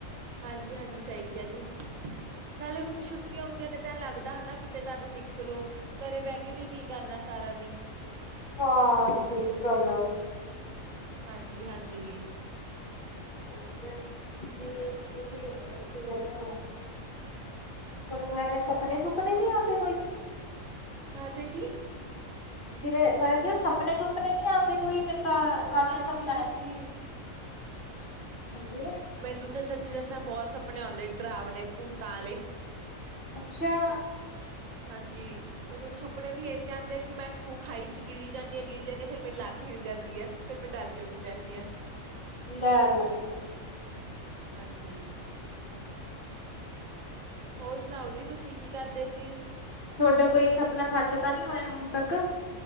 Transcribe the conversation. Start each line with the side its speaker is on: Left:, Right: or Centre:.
Right: ਹਾਂਜੀ ਹਾਂਜੀ ਸਹੀ ਕਿਹਾ ਜੀ ਨਾਲੇ ਹੁਣ ਛੁੱਟੀਆਂ ਹੁੰਦੀਆਂ ਨੇ, ਤਾ ਲੱਗਦਾ ਹੈਨਾ, ਕਿਤੇ ਤਾਂ ਵੀ ਨਿਕਲੋ, ਘਰੇ ਬਹਿਠ ਕੇ ਵੀ ਕੀ ਕਰਨਾ ਸਾਰਾ ਦਿਨ
Left: ਹਾਂ ਸਹੀ ਗੱਲ
Right: ਹਾਂਜੀ, ਹਾਂਜੀ
Left: ਹੂ ਰੇ ਕੀ ਤੁਸੀਂ ਕੀ ਕਹਿੰਨੇ ਔ ਤੁਨੂੰ ਐਵੇਂ ਸਪਨੇ ਸੁਪਨ ਨਹੀਂ ਆਉਂਦੇ ਕੋਈ
Right: ਕਾਹਦੇ ਜੀ
Left: ਜਿਵੇਂ ਮੈਂ ਕਿਹਾ ਸਪਨੇ ਸੁਪਨੇ ਨੀ ਆਉਂਦੇ ਕੋਈ ਮੈਨੂੰ ਤਾਂ ਕੱਲ
Right: ਹਾਂਜੀ,
Left: ਹੀ ਸੁਪਨਾ
Right: ਹਾਂਜੀ
Left: ਆਇਆ ਸੀ ਹਾਂਜੀ
Right: ਮੈਨੂੰ ਤਾਂ ਸੱਚੀ ਦੱਸਿਆ ਬਹੁਤ ਸੁਪਨੇ ਆਉਂਦੇ, ਡਰਾਵਣੇ ਭੂਤਾਂ ਵਾਲੇ।
Left: ਅੱਛਾ
Right: ਹਾਂਜੀ ਮੈਨੂੰ ਸੁਪਨੇ ਵੀ ਇਹ ਜਾਣਦੇ ਆ ਕਿ ਮੈਂ ਖੂਹ ਖਾਈ ਚ ਗਿਰੀ ਜਾਂਦੀ ਹ ਗਿਰੀ ਜਾਂਦੀ ਹਾਂ, ਫਿਰ ਮੇਰੀ ਲੱਤ ਫਿਰ ਜਾਂਦੀ ਆ, ਫਿਰ ਮੈਂ ਡਰ ਕੇ ਉੱਠ ਜਾਂਦੀ ਹਾਂ।
Left: ਲੈ ਲੈ ਲੈ
Right: ਹਾਂਜੀ ਹੋਰ ਸੁਣਾਓ ਜੀ ਤੁਸੀਂ, ਕੀ ਕਰਦੇ ਸੀ
Left: ਤੁਹਾਡਾ ਕੋਈ ਸਪਨਾ ਸੱਚ ਤਾਂ ਨਹੀਂ ਹੋਇਆ, ਹੁਣ ਤੱਕ